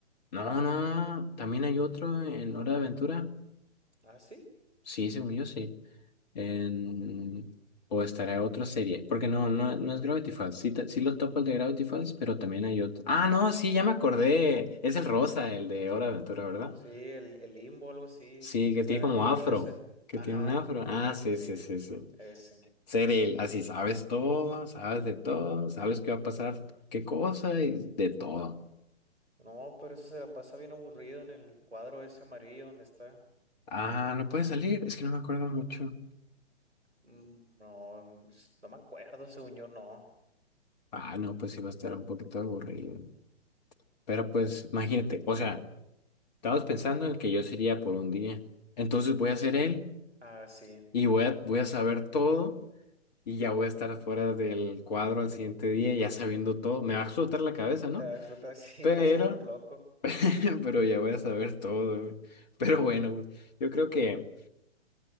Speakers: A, on the left; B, on the right.
A: No, no, también hay otro en Hora de Aventura.
B: Ah, sí.
A: Sí, según yo, sí. en- o estará otra serie, porque no, no, no es Gravity Falls. Sí, ta- sí lo topo el de Gravity Falls, pero también hay otro. Ah, no, sí, ya me acordé. Es el rosa, el de Hora de Aventura, ¿verdad?
B: Sí, el, el Limbo, algo así,
A: Sí,
B: que
A: que
B: está
A: tiene
B: en
A: como
B: el cubo
A: afro,
B: ese.
A: que
B: Ajá,
A: tiene un afro. Ah, sí,
B: sí,
A: sí, sí, sí.
B: ese.
A: Ser él, así sabes todo, sabes de todo, sabes qué va a pasar, qué cosa y de todo.
B: No, pero ese se la pasa bien aburrido en el cuadro ese amarillo donde está.
A: Ah, no puede salir, es que no me acuerdo mucho.
B: Mm, No, mm, s- no me acuerdo, según yo, no.
A: Ah, no, pues sí va a estar un poquito aburrido. Pero pues, imagínate, o sea. Estabas pensando en el que yo sería por un día. Entonces
B: Ujú.
A: voy a ser él
B: Ah, sí.
A: y voy a, voy a saber todo y ya voy a estar fuera del cuadro al siguiente día, ya sabiendo todo. Me va a explotar la cabeza, ¿no?
B: Te va a explotar <laughs> si
A: Pero,
B: te vas a volver loco.
A: <laughs> pero ya voy a saber todo. güey. Pero bueno, güey, yo creo que,